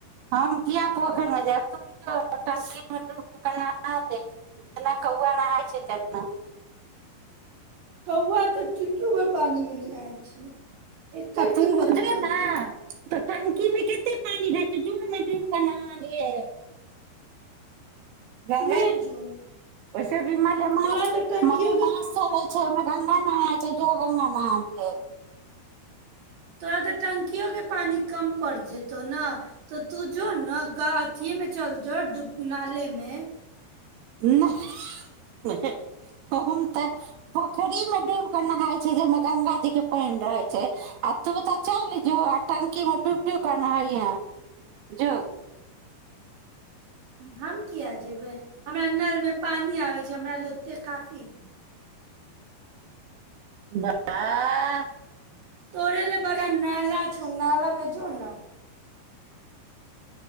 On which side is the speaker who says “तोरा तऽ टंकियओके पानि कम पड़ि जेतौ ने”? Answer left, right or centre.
Right